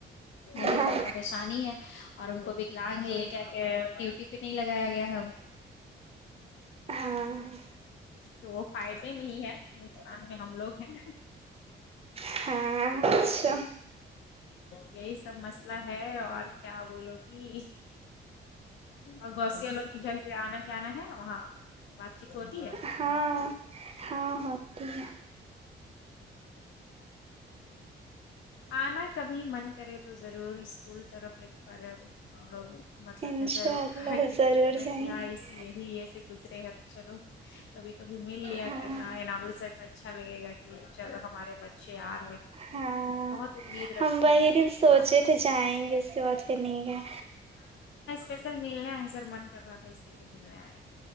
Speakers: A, on the left (about 70°); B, on the right (about 30°).
A: یہی
B: ہاں
A: تو پریشانی ہے اور ان کو بھیکلان گے یہ کیا کہ ڈیوٹی پہ نہیں لگایا گیا ہاں
B: ہاں
A: تو وہ فائدے میں ہی ہے نقصان میں ہم لوگ ہیں
B: ہاں اچھا
A: یہی سب مسئلہ ہے اور کیا بولو گی اور گوسییا لوگ کے گھر سے آنا جانا ہے وہاں بات چیت ہوتی ہے
B: ہاں ہاں ہوتی ہے
A: آنا کبھی من کرے تو ضرور اسکول طرف ایک بار تم لوگ مطلب
B: انشاء
A: نظر اٹھا
B: اللہ
A: کہ دیکھنا
B: ضرور جائیں
A: کہ ہاں
B: گے
A: ایسی یہی ایسے گزرے ہیں تو چلو کبھی کبھی مل لیا
B: ہاں
A: کرنا ہے نا امرتسر کو اچھا لگے گا کہ چلو ہمارے بچے آ رہے
B: ہاں
A: بہت امید رکھتے
B: ہم وہی
A: ہیں تم لوگ
B: دن
A: سے
B: سوچے
A: نا
B: تھے جائیں گے اس کے بعد پھر نہیں گئے
A: پ سر ملنے آئے ہے سر من کر رہا تھا اسی لیے ملنے آئے